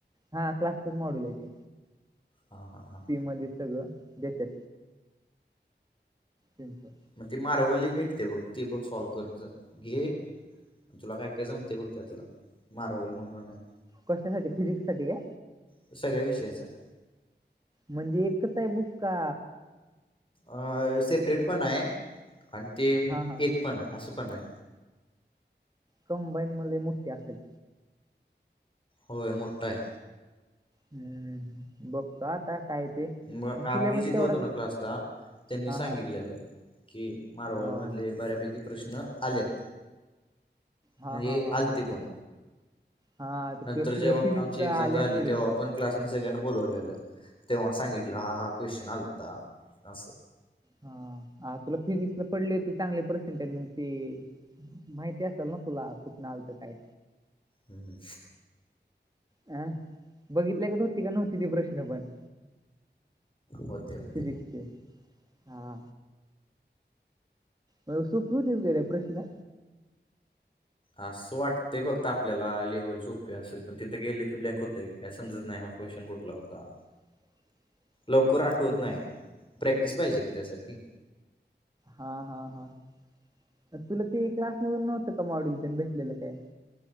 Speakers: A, on the right; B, on the left.
A: हा क्लासचच मॉडेल आहे ते.
B: हा हा हा.
A: फी मध्ये सगळ देतात? त्यानंच
B: मग ते मारवल एक भेटते बघ ते बघ सॉल्व करत जा घे तुला काय काय जमते बघ त्यातलं मार्वल म्हणून आहे
A: क्शासाठी फिजिक्स साठी काय?
B: ते सगळ्या विषयाच आहे.
A: म्हणजे एकच आहे बुक का?
B: अ सेपरेट पण हाय आणि ते
A: हा हा
B: एक पण हाय असं पण हाय.
A: कंबाईन म लय मोठी असेल.
B: होय मोठठा हाय.
A: हम्म बघतो आता काय ते
B: मग
A: सिलेबस
B: आम्ही जिथं
A: तेवढा
B: होतो ना क्लासला त्यांनी
A: हा
B: सांगितलेलं.
A: हा
B: कि मारवल
A: हा
B: मधले बऱ्यापैकी प्रश्न आल्यात.
A: हा
B: म हे
A: हा हा
B: आलते
A: हा हा
B: पण
A: हा ते
B: नंतर
A: तु- तुला
B: जेव्हा
A: फिजिक्सला
B: आमची एक्झाम
A: आले
B: झाली
A: असतीलच
B: तेव्हा
A: की
B: पण क्लास मधे सगळ्यांना बोलवलेलं तेव्हा सांगितलं हा हा क्वेशन आलता असं
A: हा तुला फिजिक्सला पडले होते चांगले पर्सेंटेज मग ते माहिती असेल ना तुला कुठं आलत काय.
B: हम्.
A: अह बघितल्या गत होती का नव्हती ते प्रश्न पण.
B: होतेे होते.
A: फिजिक्सचे हा. मग सोपी होतीत का रे प्रश्न.
B: असं वाटत फक्त आपल्याला लेव्हल सोपे असेल पण तिथं गेले की ब्लँक होतयं. काय समजत नाही हा क्वेशचन कुठला होता.
A: <unintelligible>
B: लवकर आठवत
A: असं आहे
B: नाही
A: का?
B: प्रॅक्टिस पाहिजे रे त्यासाठी.
A: हा हा हा तुला ते क्लासमधून नव्हतं मॉडेल तेन भेटलेलं काय.